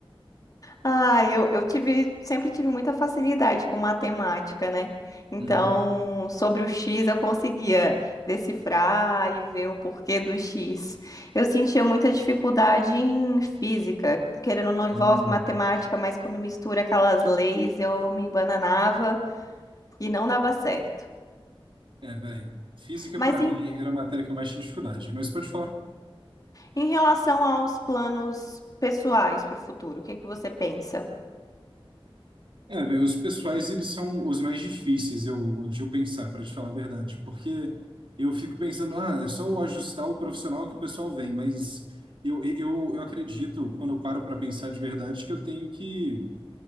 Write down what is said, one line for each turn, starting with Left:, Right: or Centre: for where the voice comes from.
Left: Ah, eu, eu tive, sempre tive muita facilidade com matemática, né? Então,
Right: Uhum.
Left: sobre o X eu conseguia decifrar e ver o porquê do X. Eu sentia muita dificuldade em física, querendo ou não envolve
Right: Hum.
Left: matemática, mas quando mistura aquelas leis eu me embananava e não dava certo.
Right: É, bem, física
Left: Mas
Right: para mim
Left: em,
Right: era a matéria que eu mais tinha dificuldade, mas pode falar.
Left: em relação aos planos pessoais para o futuro, o que que você pensa?
Right: É, velho, os pessoais, eles são os mais difíceis eu, de eu pensar, para te falar a verdade, porque eu fico pensando, ah, é só eu ajustar o profissional que o pessoal vem, mas eu, eu, eu acredito, quando eu paro para pensar de verdade, que eu tenho que